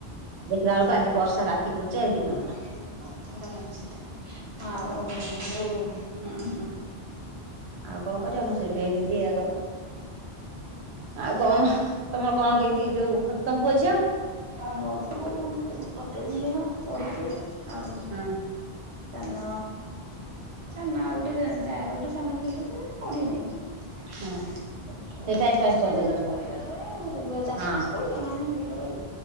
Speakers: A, on the right; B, on the right.
A: ଦେଖିଲା। ବେଳକୁ ଆଜି ବର୍ଷା ରାତି କୋରୁଛେ ଏଇ ଦିନ ମାନ
B: ରଖି ଦେଇଥିବି ଥଣ୍ଡା ପାଣି ସେତ ଆଉ ଯୋଉ ହଁ ହଁ
A: ଆଉ କଣ କରିବା ମୁଁ ସେଇଠି ଗଲି ୟ କ ଆଉ କଣ? ତମର କଣ କେମତି ଯୋଉ ତମ ପୁଅ ଝିଅ?
B: ଆମର ତ ଗୋଟେ ଝିଅ ପଢୁଛି ଆଉ
A: ହଁ
B: ସାନ ସାନ ଆଉ ଗୋଟେ ଯାଆ ର ଗୋଟେ ସାନ ଝିଅଟେ ଯେ ପଢ଼ିନି ଅଛନ୍ତି
A: ହଁ ସେ ଟାଇମ ପାସ୍ କରିଦଉଥିବ।
B: ସବୁ ପରିବାରରେ ଅ ଚାଷ
A: ହଁ
B: ଫାସ କରୁଛ ନା? ନାହିଁ ବିଲ ବାଡ଼ି